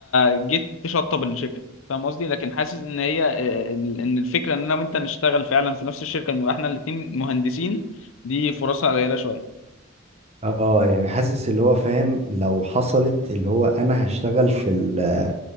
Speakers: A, on the left; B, on the right.
A: جيت تشطب الشركة فاهم قصدي لكن حاسس ان هي آه، ان الفكرة ان انا وانت نشتغل فعلا في نفس الشركة نبقى احنا الاتنين مهندسين دي فرصها قليلة شوية
B: اه يعني حاسس اللي هو فاهم لو حصلت اللي هو انا هشتغل في ال-